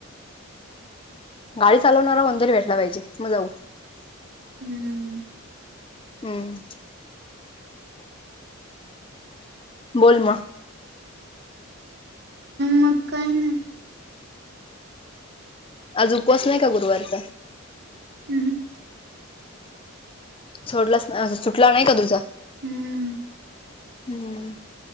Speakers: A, on the left (about 25°); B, on the right (about 45°).
A: गांडी चालवणांरा कोणं तरी भेटलां पाहिजे मगं जाऊं
B: हम्म
A: हम्मं बोलं मगं
B: मगं कांहीं नाहीं
A: आंज उपवांस नाहीं कां गुरुवारचां
B: हम्म
A: सोडलां सुटलां नाहीं कां तुझां
B: हम्म
A: हम्मं